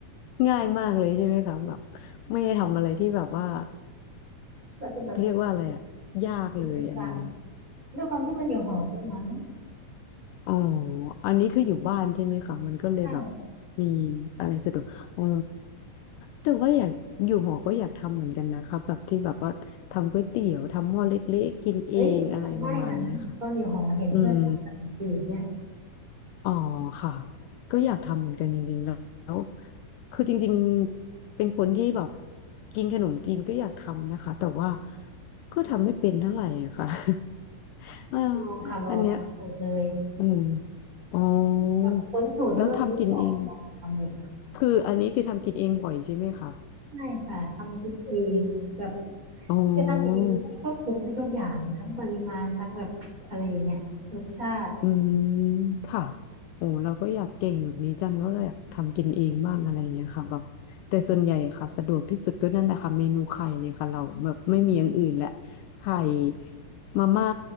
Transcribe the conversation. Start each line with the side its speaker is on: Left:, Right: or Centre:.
Left: <laughs> ง่ายมากเลยใช่ไหมคะแบบไม่ได้ทำอะไรที่แบบว่า
Right: ก็จะแบบ
Left: เรียกว่าอะไรอะยากเลยอะไรเงี้ย
Right: ติดเป็นจางด้วยความที่มันอยู่หอด้วยมั้ง
Left: อ๋ออันนี้คืออยู่บ้านใช่ไหมคะมันก็เลยแบบ
Right: ใช่
Left: มีอะไรสะดวกอ๋อแต่ว่าอยากอยู่หอก็อยากทำเหมือนกันนะคะแบบที่แบบว่าทำก๋วยเตี๋ยวทำหม้อเล็กๆกินเองอะไรประมาณเนี้ยค่ะ
Right: เฮ้ยทำได้นะตอนอยู่หอเห็นเพื่อนทำขนมจีบเนี่ย
Left: อืมอ๋อค่ะก็อยากทำเหมือนกันจริงๆแล้วคือจริงๆเป็นคนที่แบบกินขนมจีนก็อยากทำนะคะแต่ว่าก็ทำไม่เป็นเท่าไหร่อะค่ะ <laughs> เออ
Right: ลองค่ะลองเปิดสูตรเลย
Left: อันเนี้ย อืมอ๋อ
Right: แบบค้นสูตรแล้วก็ซื้อของมาลองทำเลยค่ะ
Left: แล้วทำกินเองคืออันนี้คือทำกินเองบ่อยใช่ไหมคะ
Right: ใช่ค่ะทำกินเองแบบ
Left: <laughs> อ๋อ
Right: จะทำกินเองแล้วมันควบคุมได้ทุกอย่างทั้งปริมาณทั้งแบบอะไรอย่างเงี้ยรสชาติ
Left: อืมค่ะโอ้เราก็อยากเก่งแบบนี้จังแล้วเราอยากทำกินเองบ้างอะไรอย่างเงี้ยค่ะแบบแต่ส่วนใหญ่ค่ะสะดวกที่สุดก็นั่นแหละค่ะเมนูไข่เลยค่ะเราแบบไม่มีอย่างอื่นแหละไข่มาม่า